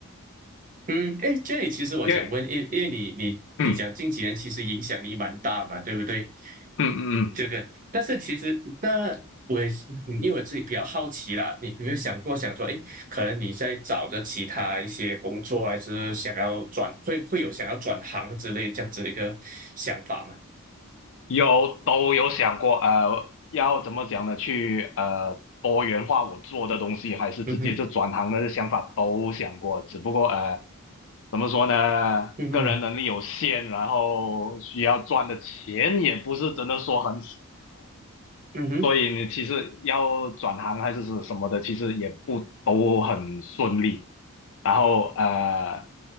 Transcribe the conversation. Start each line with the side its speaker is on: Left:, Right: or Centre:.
Right: 嗯，哎，这里其实我想问，
Left: 因为
Right: 因因为你你你讲近几年其实影响力蛮大嘛，
Left: 嗯
Right: 对不对？
Left: 嗯嗯嗯
Right: 这个，但是其实那我也是，嗯因为我自己比较好奇啦，你有没有想过想说，哎，可能你在找着其他一些工作，还是想要转，会会有想要转行之类这样子的一个想法吗？
Left: 有都有想过，呃，要怎么讲呢？去呃多元化我做的东西，还是直接就转行的想法都想过，
Right: 嗯哼，
Left: 只不过呃怎么说呢，
Right: 嗯哼，
Left: 个人能力有限，然后需要赚的钱也不是真的说很少，
Right: 嗯哼，
Left: 所以你其实要转行还是是什么的，其实也不都很顺利，然后呃。